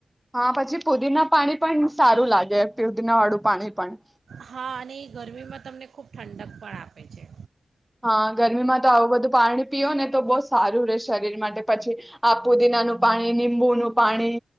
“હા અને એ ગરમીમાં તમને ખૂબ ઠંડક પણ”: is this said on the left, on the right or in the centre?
Right